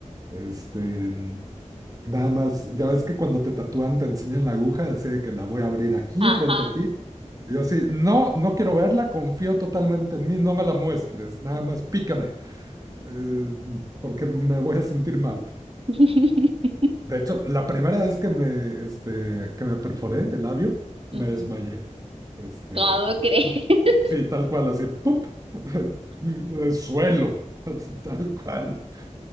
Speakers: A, on the right; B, on the right.
A: Este, mm, nada más, ya ves que cuando te tatúan te enseñan la aguja, así de que la voy a abrir aquí
B: Ajá.
A: frente a ti. Y yo así, no, no quiero verla, confío totalmente en mí, no me la muestres, nada más pícame, eh, porque me voy a sentir mal.
B: <laughs>
A: De hecho, la primera vez que me, este, que me perforé el labio,
B: Ujú.
A: me desmayé. Este,
B: ¿Cómo
A: y-
B: crees? <laughs>
A: sí, tal cual, así, ¡pup! <laughs> El Suelo, así, tal cual.